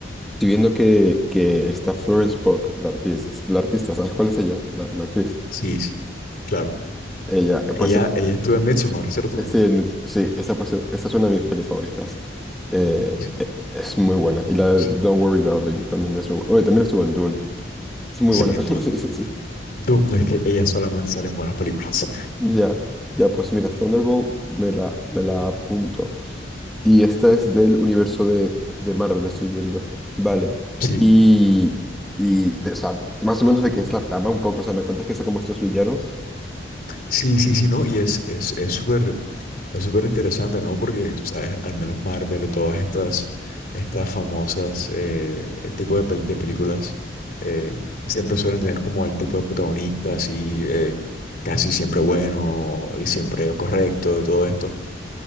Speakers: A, in the centre; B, on the left.
A: viendo que, que está Florence Pugh, la artista, la artista, ¿sabes cuál es ella? La, la actriz.
B: Sí, sí, claro.
A: Ella,
B: Ella,
A: pues
B: ella estuvo en Midsommar, ¿cierto?
A: Sí, mi- sí, esa, pues- esa es una de mis pelis favoritas. Eh,
B: Sí,
A: e- es muy buena. Y la
B: sí,
A: de Don't Worry Darling también es muy buena. Oye, también estuvo en Dune. Es muy
B: sí,
A: buena.
B: en
A: <laughs>
B: Doom.
A: Sí, sí, sí.
B: Doom, no es que ella solamente sale en buenas películas.
A: Ya, ya, pues mira, Thunderbolt me la, me la apunto. Y esta es del universo de, de Marvel, estoy viendo. Vale.
B: Sí.
A: Y, y de- o sea, más o menos de qué es la trama un poco. O sea, me cuentas que son como estos villanos.
B: Sí, sí, sí, no, y es, es, es súper, es súper interesante, ¿no? Porque, ¿sabes? Al menos Marvel, todas estas, estas famosas, eh, el tipo de, pel- de películas, eh, siempre suelen tener como el tipo de protagonista así, eh, casi siempre bueno y siempre correcto y todo esto.